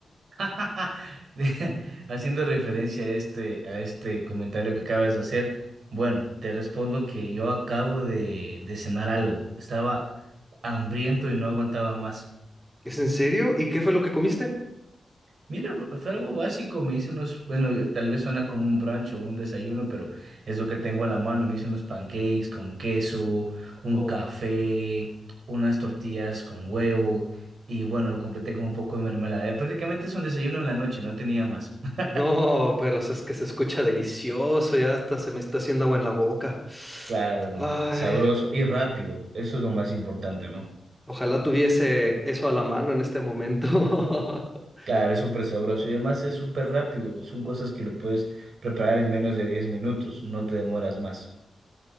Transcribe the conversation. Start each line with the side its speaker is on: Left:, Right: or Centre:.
Right: <laughs> De- Haciendo referencia a este, a este comentario que acabas de hacer, bueno, te respondo que yo acabo de, de cenar algo. Estaba hambriento y no aguantaba más.
Centre: ¿Es en serio? ¿Y qué fue lo que comiste?
Right: Mira, fue algo básico, me hice unos, bueno, eh, tal vez suena como un brunch o un desayuno, pero es lo que tengo a la mano. Me hice unos pancakes con queso, un
Centre: Uf,
Right: café, unas tortillas con huevo y bueno, lo completé con un poco de mermelada. Eh, Prácticamente es un desayuno en la noche, no tenía más. <laughs>
Centre: no, pero es que se escucha delicioso, ya hasta se me está haciendo agua en la boca.
Right: Claro, hermano,
Centre: Ay,
Right: sabroso y rápido, eso es lo más importante, ¿no?
Centre: ojalá tuviese eso a la mano en este momento. <laughs>
Right: Claro, es súper sabroso y además es súper rápido, son cosas que lo puedes preparar en menos de 10 minutos, no te demoras más.